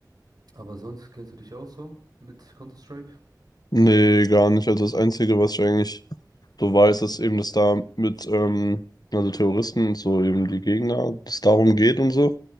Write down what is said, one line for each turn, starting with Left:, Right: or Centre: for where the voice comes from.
Right: Aber sonst kennst du dich auch so mit Counter-Strike?
Left: Nee, gar nicht. Also das Einzige, was ich eigentlich so weiß, ist eben, dass da mit, ähm, also Terroristen und so eben die Gegner, dass es darum geht und so.